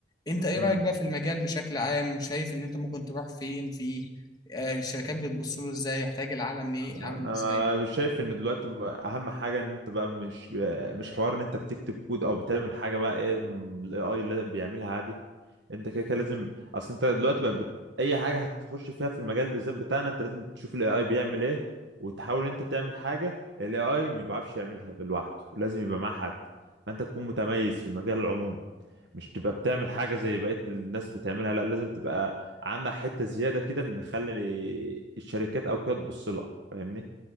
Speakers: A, on the left; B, on the right.
A: انت ايه
B: آه.
A: رأيك بقى في المجال بشكل عام شايف ان انت ممكن تروح فين فيه آه، الشركات بتبص له ازاي يحتاج العالم ليه
B: انا
A: عامل ازاي
B: مش شايف ان دلوقتي بقى- اهم حاجه ان انت بقى مش مش حوار ان انت بتكتب كود او بتعمل حاجه بقى ايه الاي اي اللي بيعملها عادي انت كده كده لازم اصل انت دلوقتي بقى بت... اي حاجه هتخش فيها في المجال بالذات بتاعنا انت لازم تشوف الاي اي بيعمل ايه وتحاول ان انت تعمل حاجه الاي اي ما بيعرفش يعملها لوحده لازم يبقى معاه حد فانت تكون متميز في المجال العمومي مش تبقى بتعمل حاجه زي بقيه الناس بتعملها لا لازم تبقى عندها حته زياده كده نخلي الشركات او كده تبص لها فاهمني